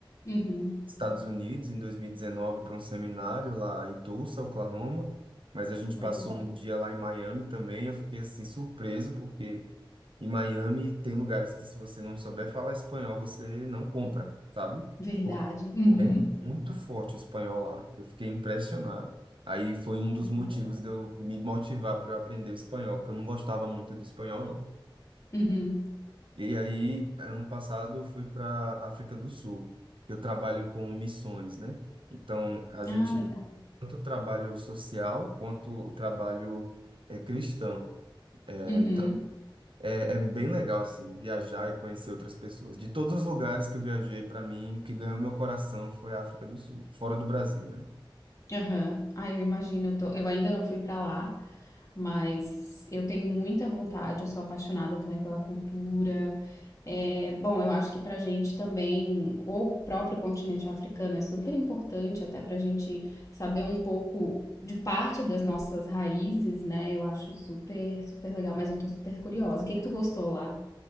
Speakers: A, on the left; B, on the right.
A: uhum.
B: Estados Unidos em 2019 para um seminário lá em Tulsa, Oklahoma, mas a gente
A: Legal.
B: passou um dia lá em Miami também. Eu fiquei assim surpreso porque em Miami tem lugares que se você não souber falar espanhol, você não compra, sabe?
A: Verdade.
B: Porque
A: Uhum.
B: é muito forte o espanhol lá. Eu fiquei impressionado. Aí foi um dos
A: Verdade.
B: motivos de eu me motivar para eu aprender o espanhol, porque eu não gostava muito do espanhol, não.
A: Uhum.
B: E aí, ano passado, eu fui para África do Sul. que Eu trabalho com missões, né? Então, a gente
A: Ah, legal.
B: tanto o trabalho social quanto o trabalho eh, cristão. É,
A: Uhum.
B: então, é, é bem legal, assim, viajar e conhecer outras pessoas. De todos os lugares que eu viajei, para mim, o que ganhou meu coração foi a África do Sul, fora do Brasil, né?
A: Aham. Ah, eu imagino, eu tô... eu ainda não fui pra lá, mas eu tenho muita vontade, eu sou apaixonada também pela cultura. É, bom, eu acho que pra gente também, o próprio continente africano é super importante, até pra gente saber um pouco de parte das nossas raízes, né? Eu acho super, super legal, mas eu tô super curiosa. O que que tu gostou lá?